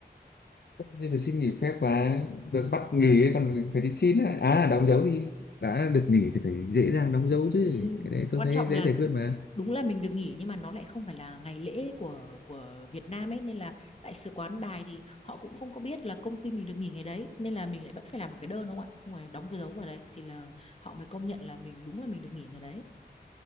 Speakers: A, on the left; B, on the left.
A: Thế phải xin nghỉ phép và được bắt nghỉ ấy, còn phải đi xin á. à đóng dấu thì đã được nghỉ thì phải dễ dàng đóng dấu chứ
B: Ừ.
A: cái đấy tôi
B: Quan
A: thấy
B: trọng
A: dễ
B: là
A: giải quyết mà
B: đúng là mình được nghỉ nhưng mà nó lại không phải là ngày lễ của của Việt Nam ấy nên là đại sứ quán Đài thì họ cũng không có biết là công ty mình được nghỉ ngày đấy nên là mình lại vẫn phải làm một cái đơn đúng không ạ xong rồi đóng cái dấu vào đấy thì là họ mới công nhận là mình đúng là mình được nghỉ ngày đấy